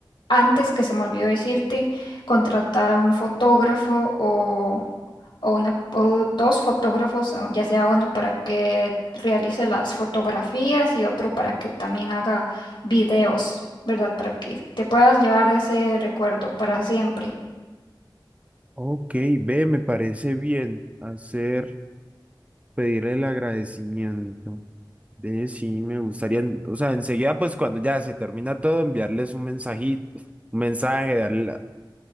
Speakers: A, on the left; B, on the right.
A: antes que se me olvidó decirte, contratar a un fotógrafo o, o una, o dos fotógrafos, ah, ya sea uno para que realice las fotografías y otro para que también haga videos, ¿verdad? Para que te puedas llevar ese recuerdo para siempre.
B: ok, ve, me parece bien hacer. pedirle el agradecimiento. De sí, me gustaría, en- o sea, enseguida, pues cuando ya se termina todo, enviarles un mensajito, un mensaje, darle la-